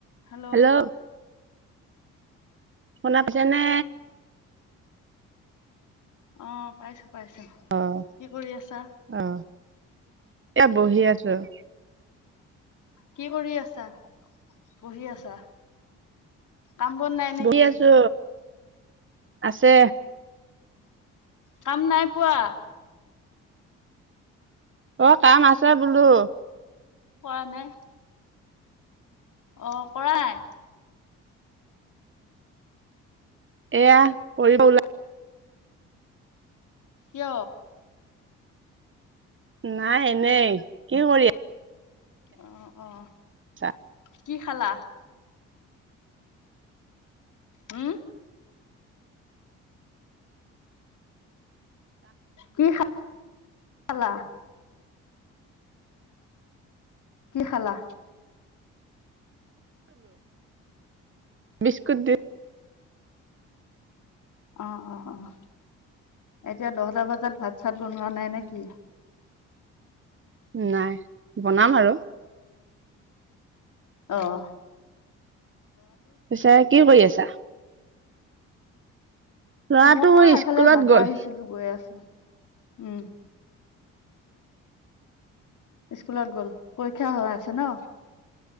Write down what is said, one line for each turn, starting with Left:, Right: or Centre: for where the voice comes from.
Left: Hello hello
Right: hello শুনা পাছেনে?
Left: অ পাইছ পাইছো,
Right: অ',
Left: কি কৰি আছা?
Right: অ', এয়া <inaudible>
Left: কি কৰি আছা পঢ়ি আছা কম বন নাই নে
Right: বহি
Left: কি?
Right: আছো আছে
Left: কাম নাই পোৱা
Right: অ কাম আছে বোলো
Left: কৰা নাই। অঁ কৰাই
Right: এয়া কৰিব ওলা
Left: য়
Right: নাই এনেই কি কৰি
Left: অ অ
Right: আছা
Left: কি খালা? উম! কি কি খালা? কি খালা?
Right: বিস্কুট দি।
Left: অ' অ' অ' এতিয়া দহটা বজাত ভাত চাত বনোৱা নাই নে কি?
Right: নাই বনাম আৰু
Left: আহ!
Right: পিছে কি কৰি আছা? ল'ৰাটো
Left: মই এফালে
Right: স্কুলত
Left: যাব
Right: গ'ল।
Left: আহিছিলো গৈ আছো। উম! স্কুলত গ'ল পৰীক্ষা হৈ আছে ন!